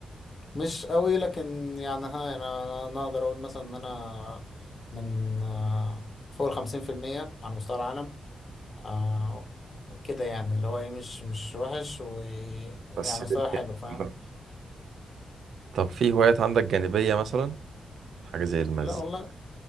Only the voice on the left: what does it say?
مش قوي لكن يعني ها يعني أنا أنا أقدر أقول مثلا إن أنا من آه، فوق الخمسين في المية على مستوى العالم آه كده يعني اللي هو ايه مش مش وحش ويعني
مستوى
حلو فاهم
لا والله